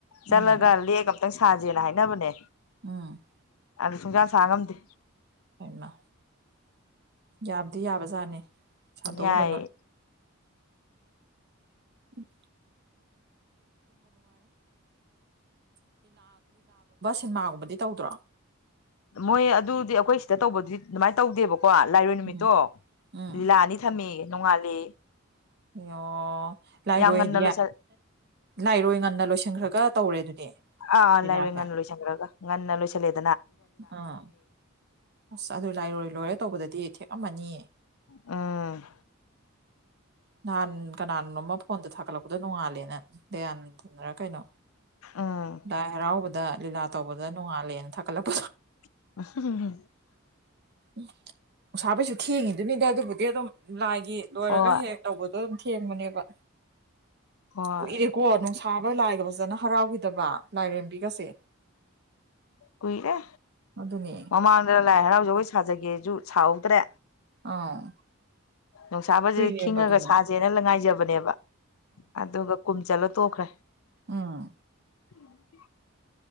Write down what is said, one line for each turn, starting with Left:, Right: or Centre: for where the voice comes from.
Left: ꯆꯠꯂꯒ
Right: ꯎꯝ
Left: ꯂꯦꯛꯑꯒ ꯈꯤꯇꯪ ꯁꯥꯖꯦꯅ ꯍꯥꯏꯅꯕꯅꯦ
Right: ꯎꯝ
Left: ꯑꯗꯨ ꯁꯨꯡꯁꯥ ꯁꯥ ꯉꯝꯗꯦ
Right: ꯍꯥꯏꯃ ꯌꯥꯕꯗꯤ ꯌꯥꯕꯖꯥꯠꯅꯤ ꯁꯥꯗꯣꯛꯎꯕ
Left: ꯌꯥꯏ
Right: ꯅꯣꯏ ꯎꯝ ꯁꯤꯟꯃꯥꯒꯨꯝꯕꯗꯤ ꯇꯧꯗ꯭ꯔꯣ
Left: ꯃꯣꯏ ꯑꯗꯨꯗꯤ ꯑꯩꯈꯣꯏ ꯁꯤꯗ ꯇꯧꯕꯗꯨꯗꯤ ꯑꯗꯨꯃꯥꯏꯅ ꯇꯧꯗꯦꯕ ꯀꯣ ꯂꯥꯏꯔꯣꯏ ꯅꯨꯃꯤꯠꯇꯣ
Right: ꯎꯝ ꯎꯝ
Left: ꯂꯤꯂꯥ ꯑꯅꯤ ꯊꯝꯃ‌ꯦꯌ‌ꯦ ꯅꯣꯡꯉꯥꯜꯂ‌ꯦꯌ‌ꯦ
Right: ꯑꯣ ꯂꯥꯏꯔꯣꯏ
Left: ꯉꯟꯅ
Right: ꯍꯥꯏꯗꯤ
Left: ꯂꯣꯏꯁꯜ
Right: ꯂꯥꯏꯔꯣꯏ ꯉꯟꯅ ꯂꯣꯏꯁꯤꯟꯈ꯭ꯔꯒ ꯇꯧꯔꯦ ꯑꯗꯨꯗꯤ
Left: ꯑ
Right: ꯂꯤꯂꯥꯁꯦ
Left: ꯂꯥꯏꯔ‌ꯣꯏ ꯉꯟꯅ ꯂ‌ꯣꯏꯁꯤꯟꯈꯔꯒ ꯉꯟꯅ ꯂ‌ꯣꯏꯁꯤꯜꯂꯦ
Right: ꯎꯝ ꯑꯁ ꯑꯗꯨ ꯂꯥꯏꯔꯣꯏ ꯂꯣꯏꯔꯦ ꯇꯧꯕꯗꯨꯗꯤ ꯊꯦꯛꯉꯝꯃꯅꯤꯌꯦ
Left: ꯎꯝ
Right: ꯅꯍꯥꯟ ꯀꯅꯥꯅꯣꯃ ꯐꯣꯟꯗ ꯊꯥꯒꯠꯂꯛꯄꯗꯣ ꯅꯣꯡꯉꯥꯜꯂꯦꯅ ꯗꯌꯥꯅꯟꯗ ꯅꯔ ꯀꯩꯅꯣ
Left: ꯎꯝ
Right: ꯂꯥꯏ ꯍꯔꯥꯎꯕꯗ ꯂꯤꯂꯥ ꯇꯧꯕꯗ ꯅꯣꯡꯉꯥꯜꯂꯦꯅ ꯊꯥꯒꯠꯂꯛꯄꯗꯣ
Left: <unintelligible>
Right: ꯎ ꯎꯁꯥ ꯄꯩꯁꯨ ꯊꯦꯡꯉꯤꯗꯨꯅꯤꯗ ꯑꯗꯨꯕꯨꯗꯤ ꯑꯗꯨꯝ ꯂꯥꯏꯒꯤ ꯂꯣꯏꯔꯒ
Left: ꯍꯣꯏ
Right: ꯍꯦꯛ ꯇꯧꯕꯗꯣ ꯊꯦꯡꯕꯅꯦꯕ
Left: ꯍꯣꯏ
Right: ꯀꯨꯏꯔꯦꯀꯣ ꯅꯨꯡꯁꯥꯕ ꯂꯥꯏꯒꯕꯁ ꯐꯖꯅ ꯍꯔꯥꯎꯈꯤꯗꯕ ꯂꯥꯏꯔꯦꯝꯕꯤꯒꯁꯦ
Left: ꯀꯨꯏꯔꯦ
Right: ꯑꯗꯨꯅꯦ
Left: ꯃꯃꯥꯡꯗ ꯂꯥꯏ ꯍꯔꯥꯎꯖꯒꯣꯏ ꯁꯥꯖꯒꯦꯁꯨ ꯁꯥꯍꯧꯗ꯭ꯔꯦ
Right: ꯑꯥ
Left: ꯅꯨꯡꯁꯥꯕꯁ
Right: ꯀꯨꯏꯔꯦꯕ
Left: ꯈꯤꯡꯉꯒ
Right: ꯑꯗꯨꯅꯦ
Left: ꯁꯥꯁꯦꯅ ꯂ ꯉꯥꯏꯖꯕꯅꯦꯕ ꯑꯗꯨꯒ ꯀꯨꯝ ꯆꯠꯂ ꯇꯣꯛꯈ꯭ꯔꯦ
Right: ꯑꯥ
Left: ꯎꯝ